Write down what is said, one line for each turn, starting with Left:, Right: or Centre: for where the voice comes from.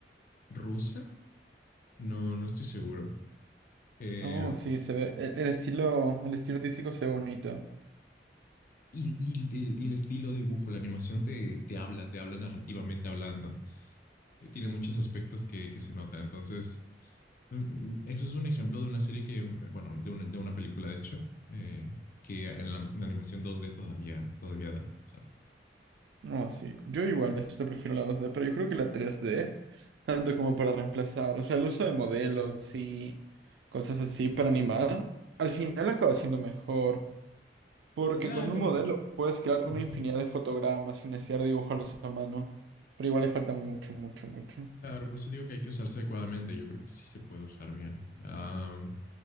Left: rusa No, no estoy seguro. Eh,
Right: Oh, sí, se ve, el, el estilo, el estilo artístico se ve bonito.
Left: y, y- y el estilo de dibujo, la animación te, te habla, te habla narrativamente hablando. Eh, Tiene muchos aspectos que, que se notan. Entonces, mm, mm, eso es un ejemplo de una serie que, mm, bueno, de una, de una película, de hecho, eh, que en la, en animación dos d todavía, todavía da, ¿sabes?
Right: No, sí. Yo igual este prefiero la dos d pero yo creo que la tres d tanto como para reemplazar, o sea, el uso de modelos y cosas así para animar, al final acaba siendo mejor, porque
Left: Claro,
Right: con un modelo
Left: yo-
Right: puedes crear una
Left: ujú.
Right: infinidad de fotogramas sin necesidad de dibujarlos a mano, pero igual le falta mucho, mucho, mucho.
Left: Claro, por eso digo que hay que usarse adecuadamente. Yo creo que sí se puede usar bien. Am,